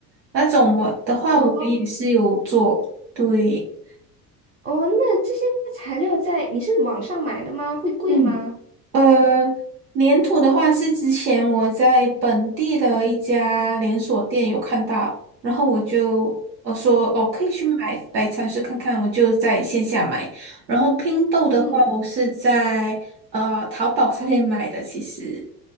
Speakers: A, on the right; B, on the right.
A: 那种我的话，
B: 哦
A: 我也是有做，对，
B: 哦，那这些材料在你是网上买的吗？会贵吗？
A: 嗯，呃，粘土的话是之前我在本地的一家连锁店有看到，然后我就我说哦可以去买来尝试看看，我就在线下买。然后拼豆的话，
B: 嗯
A: 我是在呃淘宝上面买的，其实